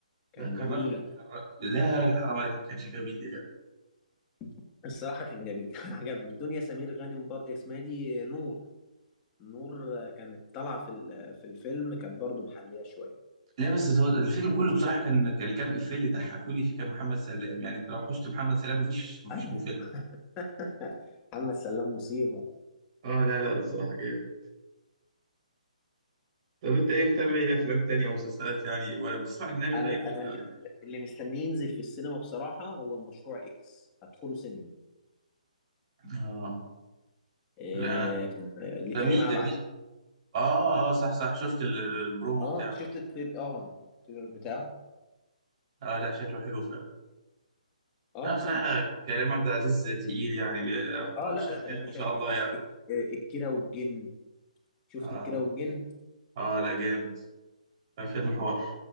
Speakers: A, on the right; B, on the left.
A: ده
B: كان
A: كرهني
B: جميل
A: كره... لا يا راجل حرام عليك ما كانش جميل يا جدع
B: <laughs> الصراحة كان جميل <laughs> عجبني دنيا سمير غانم بر... اسمها إيه دي نور نور آه، كانت طالعة في ال- في الفيلم كانت برضو محلية شوية
A: لا بس هو الفيلم كله بصراحه كان كان الكام افيه اللي ضحكوني فيه كان محمد سلام يعني انت لو حشت محمد سلام مفيش مفيش
B: ايوه
A: مو فيلم
B: <laughs> محمد سلام مصيبة
A: اه لا لا الصراحه جامد طب انت ايه متابع ايه افلام تانية او مسلسلات يعني ولا بتسمع اجنبي طيب
B: انا
A: ولا
B: انا اللي اللي مستني ينزل في السينما بصراحة هو المشروع اكس هدخله سينما
A: اه
B: إيه...
A: لا انا
B: لكريم
A: جميل
B: عبد
A: جميل اه اه صح صح شفت ال- البرومو
B: اه
A: بتاعه
B: شفت التريل اه التريلر بتاعه
A: اه لا شكله حلو فعلا
B: اه
A: لا بصراحه كريم عبد العزيز تقيل يعني بي-
B: اه لا
A: شغال
B: لا يا باشا
A: ما شاء
B: إيش-
A: الله يعني
B: إيه، الكيرة والجن شفت
A: اه
B: الكيرة والجن
A: اه لا جامد لا، فيلم حوار